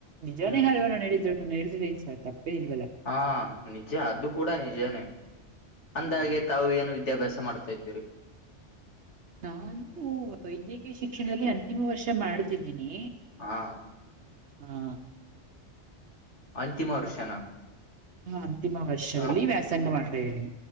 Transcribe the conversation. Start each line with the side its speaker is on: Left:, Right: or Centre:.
Right: ನಿಜಾನೇ
Left: ಹ್ಮ್
Right: ಹೇಳನಾ ನಡೆ ನಿಜ ಹೇಳಿದ್ರ ಹಳ್ತಿದ್ರ ಸರ್ ತಪ್ಪ್ ಇಲ್ಲ್ವಾಲ್ಲ..
Left: ಹಾ ನಿಜ ಅದು ಕೂಡ ನಿಜಾನೆ. ಅಂದಾಗೆ
Right: ಹೌದು
Left: ತಾವು ಏನು ವಿದ್ಯಾಭ್ಯಾಸ ಮಾಡ್ತಾ ಇದ್ದೀರಿ.
Right: ನಾನು ವೈದ್ಯಕೀಯ ಶಿಕ್ಷಣದಲ್ಲಿ ಅಂತಿಮ ವರ್ಷ ಮಾಡತಿದ್ದೀನಿ...
Left: ಹಾ
Right: ಹಾ
Left: ಅಂತಿಮ ವರ್ಷನ.
Right: ಹಾ ಅಂತಿಮ ವರ್ಷದಲ್ಲಿ
Left: ಹ
Right: ವ್ಯಾಸಂಗ ಮಾಡ್ತಾ ಇದೀನಿ.